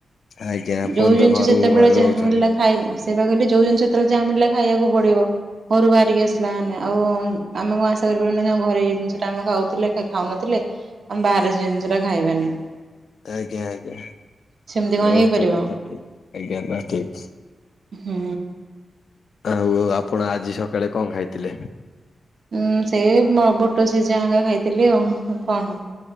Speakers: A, on the left; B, on the right.
A: ଆଜ୍ଞା ଆପଣ
B: ଯୋଉ
A: ତ
B: ଜିନିଷ
A: ଘରୁ
B: ଯେତେବେଳେ
A: ବାହାରେ
B: ଯାହା
A: ରହୁଛନ୍ତି।
B: ମିଲିଲା ଖାଇବା ସେବା କିଲେ ଯୋଉ ଜିନି ସତରେ ଯାହା ମିଳିଲା ଖାଇବାକୁ ପଡିବ ଘରୁ ବାହାରିକି ଆସ୍ ଥିଲା ମାନେ ଆଉ ଆମେ କଣ ଆଶା କରିପାରିଲୁ ନା ଘରେ ଏଇ ଜିନିଷଟା ଆମେ ଖାଉଥିଲେ ଖାଉନଥିଲେ ଆମେ ବାହାରେ ଜିନିଷ ଟା ଖାଇବାନି।
A: ଆଜ୍ଞା ଆଜ୍ଞା।
B: ସେମିତି କଣ
A: ହ
B: ହେଇପାରିବ?
A: ସେଇ କଥା ଠିକ। ଆଜ୍ଞା ନା ଠିକ।
B: ହୁଁ।
A: ଆଉ ଆଉ ଆପଣ ଆଜି ସକାଳେ କଣ ଖାଇଥିଲେ?
B: ହଁ ସେଇ ବୁଟ ସିଝାଙ୍କା ଖାଇଥିଲି ଆଉ କଣ।